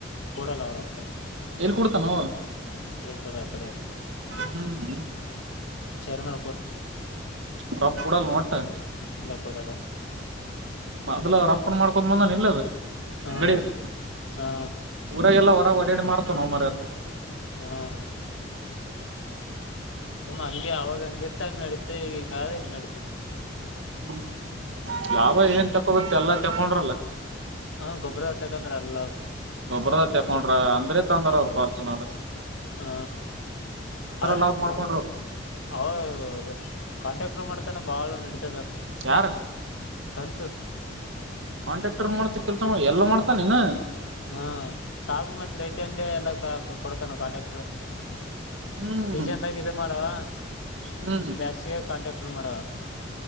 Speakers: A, on the left (about 80°); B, on the right (about 70°).
A: ಕೊಡಲ್ಲ ಅವ್ರ ಅಪ್ಪ
B: ಎಲ್ಲಿ ಕುಡ್ತಾನೋ
A: ದ ಕಡೆ
B: ಹ್ಮ್
A: ಸೇರಿ ಮ
B: ರಫ ಉಡಲ್ಲ ಒತ
A: ಇಲ್ಲ ಕೊಡದ
B: ಮೊದ್ಲು ಅವ್ ಅಪ್ಪನ್ ಮಾಡ್ಕೊಡ ಬಂದನ್ ಇಲ್ಲದ
A: ಹಾ
B: ನಡಿಯದು
A: ಹಾ
B: ಊರ ಎಲ್ಲ ಹೊರ ಡಾಡಿ ಮಾರತವೆ ನಾವು ಮರತ್ತ
A: ಹಾ ಹಮ್ಮ ಹಂಗೆ ಅವಾಗ ಹಂಗಗೆತ್ತ ಹಂಗ ನಡೀತ ಈಗ ಹಿಂಗಾದ ಹಿಂಗ ನಡೀತತೆ
B: ಹ್ಮ್ ಲಾಭ ಏನ್ ತಕ್ಕೊಬೇಕ ಎಲ್ಲ ತಕೊಂಡ್ರಲ್ಲ
A: ಹ ಗೊಬ್ಬ್ರ ಹೊತಕಂದ್ರ ಅಲ್ಲ ಅವ್ರ
B: ಒಬ್ರದ ತಕೊಂಡ್ರ ಅಂದ್ರೆ ತಂದಾರ ಅವರು ಬರ್ತ ನೋರ
A: ಹಾ ಅದೇನ್ರ
B: ಲಾಭ ಮಾಡ್ಕೊಂಡ್ರು
A: ಅವದ ಕಾಂಟಾಕ್ಟ್ರ್ ಮಾಡ್ತಾನೆ ಬಾಳ ನಡೀತದ
B: ಯಾರ
A: ಸಂತು
B: ಕಾಂಟ್ರಾಕ್ಟರ್ ಮಾಡ್ತ ಕೆಲ್ಸ ಮಾಡ ಎಲ್ಲಾ ಮಾಡ್ತಾ ನೀನು
A: ಹಾ ಸಾಬು ಮತ್ ರೈಟ್ ಅಂಡೆ ಎಲ್ಲ ಕೊಡ್ತಾನ ಕಾಂಟ್ರಾಕ್ಟರ್
B: ಹ್ಮ್
A: <unintelligible> ಮಾಡುವ
B: ಹ್ಮ್
A: ಜಾಸ್ತಿಯೇ ಕಾಂಟ್ಯಾಕ್ಟರ್ ಮಾಡವ